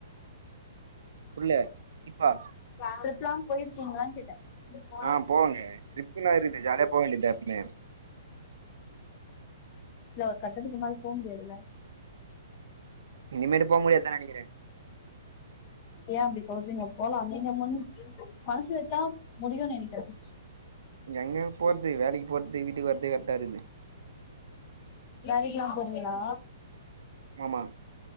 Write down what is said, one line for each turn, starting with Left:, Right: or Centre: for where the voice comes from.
Right: புர்ல ட்ரிப்பா
Left: ஸ்டெப்லா போயிருக்கீங்களான்னு கேட்டே இருப்பா
Right: ஆ போவாங்க ட்ரிப்புனா இருக்குது ஜாலியா போ வேண்டியதா எப்பமே
Left: இல்ல ஒரு கட்டத்துக்கு மேல போ முடியாதுல்ல
Right: இனிமேட்டு போ முடியாதுதா நெனைக்கிறே
Left: என் அப்டி சொல்றீங்க போலா நீங்க மனசு வச்சா முடியும்னு நனைக்கறே
Right: எங்க போறது வேலைக்கு போறது வீட்டுக்கு வரது கரட்டா இருக்கு
Left: வேலைக்கெல்லா போறீங்களா
Right: ஆமா